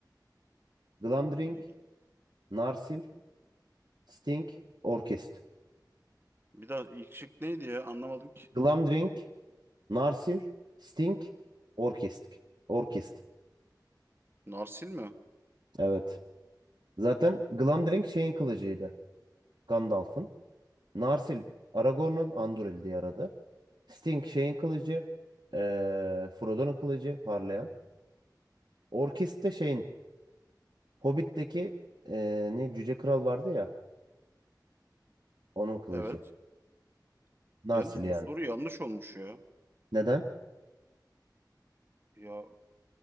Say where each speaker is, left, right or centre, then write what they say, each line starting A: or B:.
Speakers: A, on the right; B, on the right.
A: Glamdring,
B: An-
A: Narsil, Sting, Orkest.
B: Bir daha ilk şık neydi ya? Anlamadım ki.
A: Glamdring, Narsil, Sting, Orkest. Orkest.
B: Narsil mi?
A: Evet. Zaten Glamdring şeyin kılıcıydı. Gandalf'ın. Narsil, Aragorn'un Anduril diye aradı. Sting şeyin kılıcı. eee, Frodo'nun kılıcı parlayan. Orkest de şeyin Hobbit'teki eee, ne Cüce Kral vardı ya onun kılıcı.
B: Evet.
A: Narsil
B: Yalnız bu
A: yani.
B: soru yanlış olmuş ya.
A: Neden?
B: Ya